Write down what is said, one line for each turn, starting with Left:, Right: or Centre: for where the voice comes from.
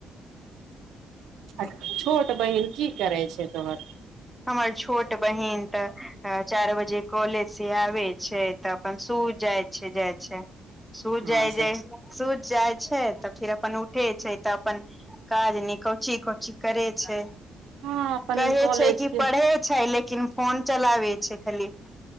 Right: आ छोट बहिन की करै छै तोहर
Centre: हमर छोट बहिन तऽ चारि बजे कॉलेज से आबेय छै तऽ अपन सो जाय छै जाय छै सो
Right: हँ
Centre: जाय
Right: सर
Centre: जाय सो जाय छै तऽ फिर अपन उठेय छै तऽ अपन काज नी कौची कौची करे छै
Right: हँ अपन
Centre: कहे
Right: कॉलेज
Centre: छै कि
Right: के
Centre: पढ़े छै लेकिन फोन चलाबे छै खाली